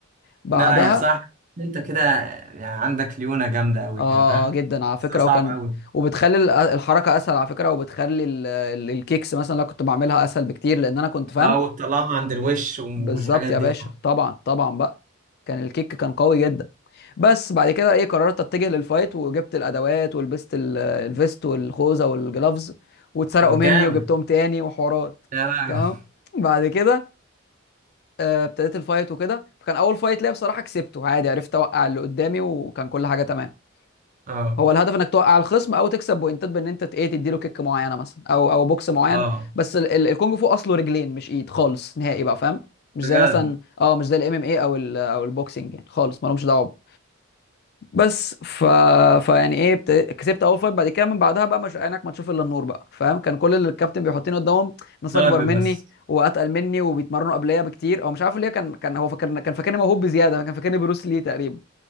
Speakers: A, on the left; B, on the right.
A: بعدها
B: لا يا بصراحة انت كده يعني عندك ليونة جامدة قوي
A: اه
B: كده فاهم
A: اه جدا على فكره
B: بس ده صعب
A: وكان
B: قوي
A: وبتخلي ال- الحركه اسهل على فكره وبتخلي ال- ال- الكيكس مثلا اللي أنا كنت بعملها اسهل بكتير لان انا كنت فاهم
B: اه وتطلعها عند الوش والحاجات
A: بالظبط يا
B: دي
A: باشا
B: طبعا
A: طبعا طبعا بقى كان الكيك كان قوي جدا بس بعد كده ايه قررت اتجه للفايت وجبت الادوات ولبست ال- الفيست والخوذه والجلافز واتسرقوا
B: طب
A: مني
B: جامد
A: وجبتهم تاني وحوارات
B: لا لا
A: تمام بعد كده آه، ابتديت الفايت وكده فكان اول فايت ليا بصراحه كسبته عادي عرفت اوقع اللي قدامي وكان كل حاجه تمام
B: اه
A: هو الهدف انك توقع الخصم او تكسب بوينتات بان انت ت- ايه تديله كيك معينه مثلا او او بوكس معين
B: اه
A: بس ال- ال- الكونج فو اصله رجلين مش ايد خالص نهائي بقى فاهم مش
B: بجد
A: زي مثلا اه مش زي الام ام اي او ال او البوكسنج يعني خالص مالهمش دعوه بس ف فيعني ايه بت... كسبت اول فايت بعد كده من بعدها بقى مش عينك ما تشوف الا النور بقى فاهم كان كل اللي الكابتن بيحطني قدامهم ناس
B: ضرب
A: اكبر مني
B: بس
A: واتقل مني وبيتمرنوا قبليه بكتير هو مش عارف ليه كان كان هو فاكر كان فاكرني موهوب بزياده كان فاكرني بروس لي تقريبا